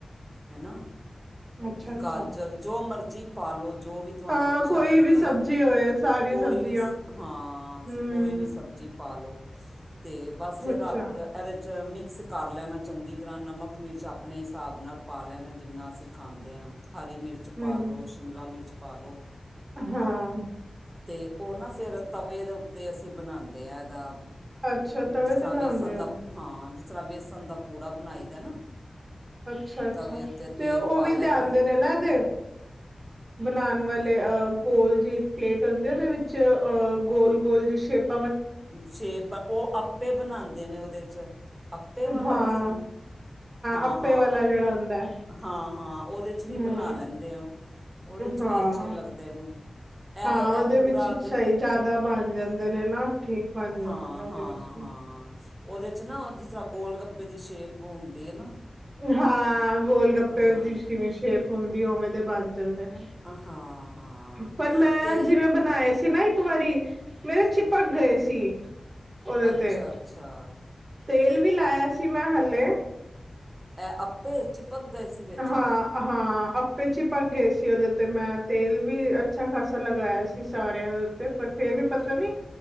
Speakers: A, on the right; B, on the right.
A: ਹੈ ਨਾ
B: ਅੱਛਾ, ਅੱਛਾ।
A: ਗਾਜਰ ਜੋ ਮਰਜ਼ੀ ਪਾਲੋ ਜੋ ਵੀ ਤੁਹਾਨੂੰ
B: ਹਾਂ,
A: ਅੱਛਾ
B: ਕੋਈ
A: ਲੱਗਦਾ
B: ਵੀ ਸਬਜ਼ੀ
A: ਹੈ,
B: ਹੋਏ ਸਾਰੀ
A: ਕੋਈ
B: ਸਬਜ਼ੀਆਂ।
A: ਵੀ ਹਾਂ
B: ਹੂੰ,
A: ਕੋਈ ਵੀ ਸਬਜ਼ੀ ਪਾ ਲਉ ਅਤੇ ਬਸ ਫਿਰ
B: ਅੱਛਾ।
A: ਰਾਤ ਇਹਦੇ 'ਚ ਮਿਕਸ ਕਰ ਲੈਣਾ ਚੰਗੀ ਤਰ੍ਹਾਂ ਨਮਕ, ਮਿਰਚ ਆਪਣੇ ਹਿਸਾਬ ਨਾਲ ਪਾ ਲੈਣਾ। ਜਿੰਨਾ ਅਸੀਂ ਖਾਂਦੇ ਹਾਂ ਹਰੀ ਮਿਰਚ
B: ਹੂੰ।
A: ਪਾ ਲੋ, ਸ਼ਿਮਲਾ ਮਿਰਚ ਪਾ ਲੋ।
B: ਹਾਂ
A: ਤੇ ਉਹ ਨਾ ਫਿਰ ਤਵੇ ਦੇ ਉੱਤੇ ਅਸੀਂ ਬਣਾਉਦੇ ਆ, ਇਹਦਾ
B: ਅੱਛਾ ਤਵੇ
A: ਜਿਸ ਤਰ੍ਹਾਂ
B: ਤੇ ਬਣਾਂਦੇ
A: ਵੇਸਣ ਦਾ
B: ਓ।
A: ਹਾਂ, ਜਿਸ ਤਰ੍ਹਾਂ ਵੇਸਣ ਦਾ ਪੂੜਾ ਬਣਾਈ ਦਾ ਨਾ
B: ਅੱਛਾ- ਅੱਛਾ
A: ਤਵੇ ਉੱਤੇ
B: ਤੇ
A: ਤੇਲ
B: ਉਹ
A: ਪਾ
B: ਵੀ
A: ਲੈਣਾ
B: ਤੇ ਆਂਦੇ ਨੇ ਨਾ ਇਹਦੇ ਬਣਾਉਣ ਵਾਲੇ ਅ ਗੋਲ ਜ ਇੱਕ ਪਲੇਟ ਹੁੰਦੀ ਹੈ, ਉਹਦੇ ਵਿੱਚ ਅ ਗੋਲ -ਗੋਲ ਜਿ ਸ਼ੇਪ
A: ਸ਼ੇਪ ਉਹ ਆਪੇ ਬਣਾਉਂਦੇ ਨੇ, ਉਹਦੇ 'ਚ ਆਪੇ ਵਾਲਾ
B: ਹਾਂ।
A: ਜਿਸ ਤਰ੍ਹਾਂ ਹਾਂ
B: ਆਪੇ ਵਾਲਾ ਜੇੜਾ ਹੁੰਦਾ।
A: -ਹਾਂ, ਉਹਦੇ ਚ ਵੀ
B: ਹੂੰ।
A: ਬਣਾ ਲੈਂਦੇ ਆ। ਉਹਦੇ 'ਚ
B: ਹਾਂ।
A: ਵੀ ਅੱਛੇ ਲੱਗਦੇ ਨੇ। ਇਹ
B: ਹਾਂ
A: ਇਹ
B: ਉਹਦੇ
A: ਪੂਰਾ
B: ਵਿੱਚ
A: ਵੀ
B: ਸਹੀ, ਜ਼ਿਆਦਾ ਬਣ ਜਾਂਦੇ ਨੇ ਨਾ। ਠੀਕ ਬਣ ਜਾਂਦੇ
A: ਹਾਂ-
B: ਨੇ ਉਹਦੇ
A: ਹਾਂ,
B: ਵਿੱਚ
A: ਹਾਂ
B: ਵੀ
A: ਉਹਦੇ 'ਚ ਨਾ ਜਿਸ ਤਰ੍ਹਾਂ ਗੋਲ ਗੱਪੇ ਦੀ ਸ਼ੇਪ ਹੁੰਦੀ ਹੈ ਨਾ।
B: ਹਾਂ ਗੋਲ ਗੱਪੇ
A: ਹਾਂ
B: ਦੀ ਜਿਵੇੰ ਦੀ ਸ਼ੇਪ ਹੁੰਦੀ ਉਵੇਂ ਦੇ ਬਣ ਜਾਂਦੇ ਨੇ।
A: ਹਾਂ ਹਾਂ
B: ਪਰ ਮੈਂ
A: ਤੇ
B: ਜਿਵੇਂ ਬਣਾਏ ਸੀ ਨਾ ਇੱਕ ਵਾਰੀ, ਮੇਰੇ ਚਿਪ ਪਕ ਗਏ ਸੀ, ਉਹਦੇ
A: ਅੱਛਾ
B: ਤੇ।
A: ਅੱਛਾ
B: ਤੇਲ ਵੀ ਲਾਇਆ ਸੀ ਮੈਂ ਹਲੇੇ।
A: ਐ ਆਪੇ ਚਿਪਕ ਗਏ? ਸੀ ਵਿੱਚ
B: ਹਾਂ। ਹਾਂ ਆਪੇ 'ਚ ਹੀ ਚਿਪਕ ਗਏ ਸੀ ਉਹਦੇ ਉਤੇ। ਮੈਂ ਤੇਲ ਵੀ ਅੱਛਾ ਖਾਸਾ ਲਗਾਇਆ ਸੀ, ਸਾਰਿਆਂ ਦੇ ਉੱਤੇ। ਪਰ ਫੇਰ ਵੀ ਪਤਾ ਨੀ,